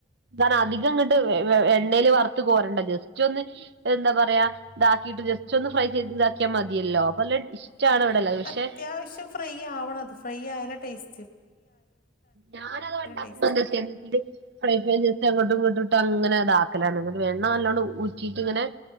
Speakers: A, on the right; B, on the left.
A: ൻ അധികം ഇങ്ങണ്ട് എണ്ണില് വറുത് കോരണ്ട ജസ്റ്റ് ഒന്ന് എന്താ പറയാ ഇതാക്കിട്ട് ജസ്റ്റ് ഒന്ന് ഫ്രൈ ചെയ്ത വിക്കാ മതിയല്ലോ വല്ല ഇഷ്ട്ടാണ്
B: അത്
A: ഇവിടെള്ളത് പക്ഷെ.
B: അത്യാവശ്യം ഫ്രൈ ആവണത് ഫ്രൈ ആയാല ടേസ്
A: ഞാനത് ഉണ്ടാകുമ്പോ
B: ടേസ്റ്റ്
A: എന്താ ചെയ്യാനെച്ചാല് ഫ്രെപേൻ ചേ അങ്ങോട്ടും ഇങ്ങോട്ടിട്ട് അങ്ങനെ അതാക്കലാണ്ഇന്നിട്ട് എണ്ണ നല്ലോണം ഉറ്റിട്ട് ഇങ്ങനെ.